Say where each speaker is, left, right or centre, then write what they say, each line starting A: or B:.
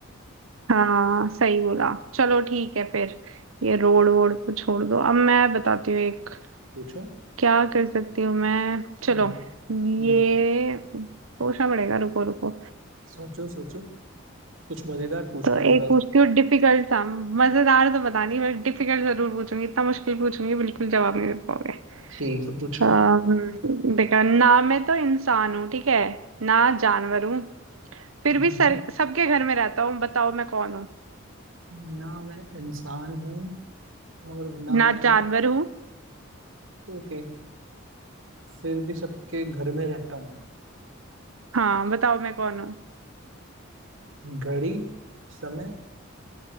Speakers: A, on the right; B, on the right.
A: हाँ सही बोला चलो ठीक है फिर ये रोड वोड को छोड़ दो अब मैं बताती हूँ एक
B: पूछो
A: क्या कर सकती हूँ मैं चलो
B: हम्म हम्म,
A: ये सोचना पड़ेगा रुको रुको
B: सोचो सोचो कुछ मजेदार पूछना
A: तो
B: है इस
A: एक
B: बार
A: पूछती हूँ डिफिकल्ट सा मजेदार तो पता नहीं बट डिफिकल्ट जरूर पूछूंगी इतना मुश्किल पूछूंगी बिल्कुल जवाब नहीं दे पाओगे
B: ठीक है पूछो
A: अम्म, देखो ना मैं तो इंसान हूँ ठीक है ना जानवर हूँ फिर
B: हम्म
A: भी सर सबके घर में रहता हूँ बताओ मैं कौन हूँ
B: हम्म। ना मैं इंसान हूँ और ना
A: ना
B: मैं
A: जानवर हूँ
B: ओके फिर भी सबके घर में रहता हूँ
A: हाँ बताओ मैं कौन हूँ
B: घड़ी समय